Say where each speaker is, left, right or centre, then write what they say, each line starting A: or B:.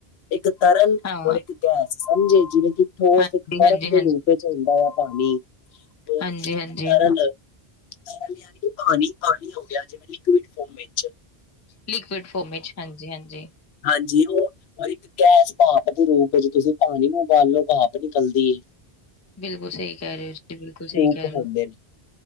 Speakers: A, on the left (about 75°); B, on the left (about 20°).
A: ਇੱਕ ਤਰਲ
B: ਹਾਂ,
A: ਔਰ ਇੱਕ ਗੈਸ ਸਮਝੇ ਜਿਵੇਂ ਕਿ ਠੋਸ
B: ਹਾਂਜੀ,
A: ਇੱਕ ਤਰਲ
B: ਹਾਂਜੀ,
A: ਦੇ ਰੂਪ ਚ ਹੁੰਦਾ ਆ। ਪਾਣੀ, ਔਰ
B: ਹਾਂਜੀ-ਹਾਂਜੀ।
A: ਇੱਕ ਤਰਲ ਤਰਲ ਜਾਣੀ ਪਾਣੀ-ਪਾਣੀ ਹੋ ਗਿਆ ਜਿਵੇਂ ਲਿਕੁਿਡ ਫੋਮ ਵਿੱਚ
B: ਲਿਕੁਿਡ ਫੋਮ ਵਿਚ ਹਾਂਜੀ-ਹਾਂਜੀ।
A: ਹਾਂਜੀ ਉਹ ਔਰ ਇੱਕ ਗੈਸ ਭਾਫ਼ ਦੇ ਰੂਪ ਵਿੱਚ ਤੁਸੀਂ ਪਾਣੀ ਨੂੰ ਉਬਾਲੋ ਭਾਫ਼ ਨਿਕਲਦੀ ਏ।
B: ਬਿਲਕੁਲ ਸਹੀ ਕਹਿ ਰਹੇ ਹੋ ਜੀ, ਬਿਲਕੁਲ ਸਹੀ
A: ਹੋਪ
B: ਕਹਿ ਰਹੇ
A: ਹੁੰਦੇ
B: ਹੋ,
A: ਨੇ।